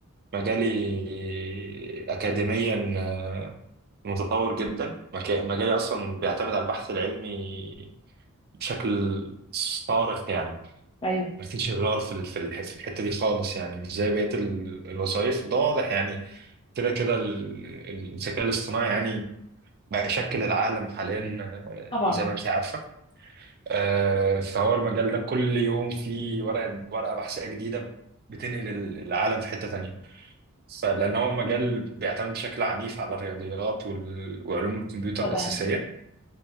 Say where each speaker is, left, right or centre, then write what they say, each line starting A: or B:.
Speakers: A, on the right (about 45°); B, on the left (about 25°).
A: مجالي اكاديميا آه، متطور جدا مك- مجالي اصلا بيعتمد على البحث العلمي بشكل صارخ يعني
B: أيوه
A: ما فيش غيار في ال- في الح- في الحته دي خالص يعني مش زي بقيه ال- الوظائف وده واضح يعني كده كده ال- ال- الذكاء الاصطناعي يعني بقى يشكل العالم حاليا آه،
B: طبعا
A: زي ما انت عارفه آه، فهو المجال ده كل يوم فيه ورقه ورقه بحثيه جديده بتنقل ال- العالم في حته تانيه فلان هو مجال بيعتمد بشكل عنيف على الرياضيات وال- وعلوم الكمبيوتر
B: طبعا
A: الاساسيه